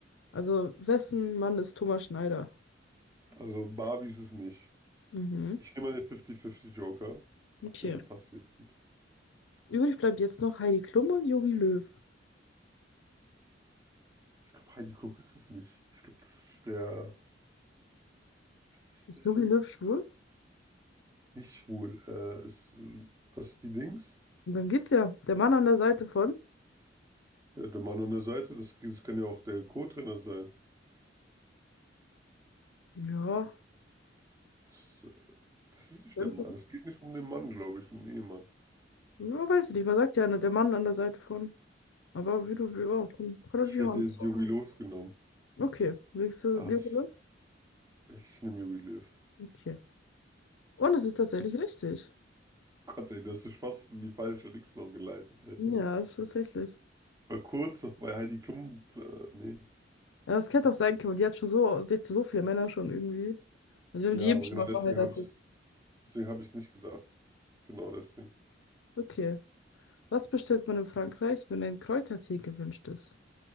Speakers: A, on the left; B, on the right.
A: Also wessen Mann ist Thomas Schneider?
B: Also, Barbie ist es nicht.
A: Mhm,
B: Ich nehme mal den 50-50 Joker.
A: okay.
B: Ich glaube, der passt jetzt gut.
A: Übrig bleibt jetzt noch Heidi Klum und Jogi Löw.
B: Ich glaube, Heidi Klum ist es nicht. Ich glaube, das ist der, ist
A: Ist
B: der
A: Jogi Löw schwul?
B: nicht schwul. Äh, ist, äh, was ist die Dings?
A: Und dann geht's ja. Der Mann an der Seite von?
B: Ja, der Mann an der Seite, das, das kann ja auch der Co-Trainer sein.
A: Ja,
B: Das, äh, das ist nicht
A: könnte.
B: der Mann. Es geht nicht um den Mann, glaube ich, um den Ehemann.
A: Ja, weiß ich nicht. Man sagt ja, ne, der Mann an der Seite von. Aber wie du, ja, kann, kann
B: Ich
A: natürlich
B: hätte
A: auch anders.
B: jetzt Jogi Hm. Löw genommen.
A: Okay, nächste
B: Ah,
A: Nebula.
B: das, ich nehme Jogi Löw.
A: Okay. Und es ist tatsächlich richtig.
B: Oh Gott, ey, das ist fast in die falsche Dings noch geleitet, ey.
A: Ja, es ist tatsächlich.
B: War kurz noch bei Heidi Klum, äh, nee.
A: Ja, es hätte auch sein können. Die hat schon so, die hat so viele Männer schon irgendwie. Also wir
B: Ja,
A: haben die eben
B: aber
A: schon
B: genau
A: mal
B: deswegen
A: verheiratet.
B: habe ich, deswegen habe ich es nicht gedacht. Genau deswegen.
A: Okay. Was bestellt man in Frankreich, wenn ein Kräutertee gewünscht ist?